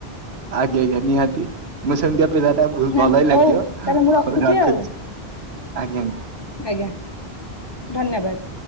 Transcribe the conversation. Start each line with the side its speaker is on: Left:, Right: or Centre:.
Right: ଆଜ୍ଞା ଆଜ୍ଞା ନିହାତି ମୁଁ ସେମତି ଆପ ସୁବିଧା ଟା ବହୁତ
Left: ନାହାନ୍ତି
Right: ଭଲ ହିଁ ଲାଗିବ।
Left: ହଉ ତାହେଲେ ମୁଁ
Right: ହୋଉ ରଖୁଛି
Left: ଆଉ
Right: ଆଜ୍ଞା ଆଜ୍ଞା।
Left: ଆଜ୍ଞା ଧନ୍ୟବାଦ।